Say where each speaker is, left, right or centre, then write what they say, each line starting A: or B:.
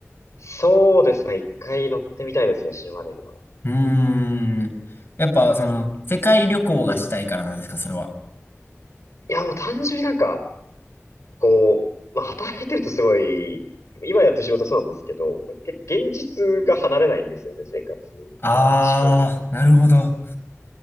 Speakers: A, on the left (about 80°); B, on the left (about 50°).
A: そうですね。一回乗ってみたいですね。死ぬまでには。
B: うーん。やっぱその世界旅行がしたいからなんですか、それは。
A: いや、もう単純になんか、こう、まあ働いてるとすごい、今やってる仕事そうなんですけど、け現実が離れないんですよね。生活
B: ああ、
A: から思考から。
B: なるほど。